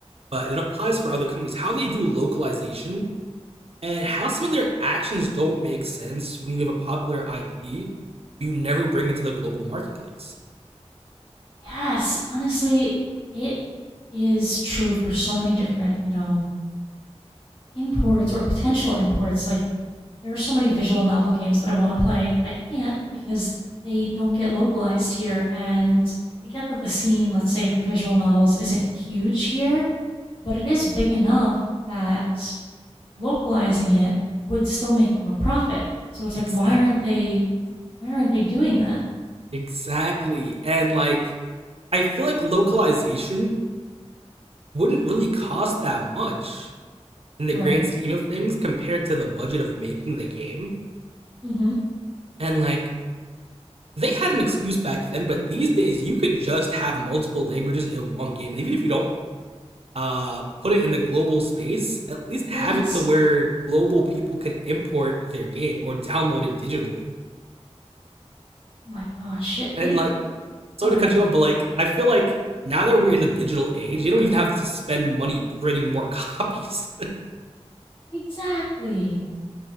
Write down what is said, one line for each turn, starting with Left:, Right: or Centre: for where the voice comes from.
Right: but it applies for other companies, how they do localization and how some of their actions don't make sense when you have a popular IP, you never bring it to the global marketplace.
Left: Yes, honestly, it is true for so many different, you know, imports or potential imports. Like, there are so many visual novel games that I want to play that I can't because they don't get localized here. And I get that the scene, let's say, for visual novels isn't huge here, but it is big enough that localizing it would still make them a profit. So it's
Right: Exactly.
Left: like, why aren't they why aren't they doing that?
Right: Exactly. And like, I feel like localization wouldn't really cost that much in the
Left: Right.
Right: grand scheme of things compared to the budget of making the game
Left: Mhm.
Right: And like they had an excuse back then, but these days you could just have multiple languages in one game. And even if you don't uh put it in the global space, at least have
Left: Yes.
Right: it to where global people could import their game or download it digitally.
Left: Oh my gosh, shit,
Right: And
Left: they
Right: like
Left: like
Right: sorry
Left: oh, go
Right: to
Left: ahead.
Right: cut you off, but like I feel like now that we're in the digital age, you don't even have to spend money printing more copies.
Left: Exactly.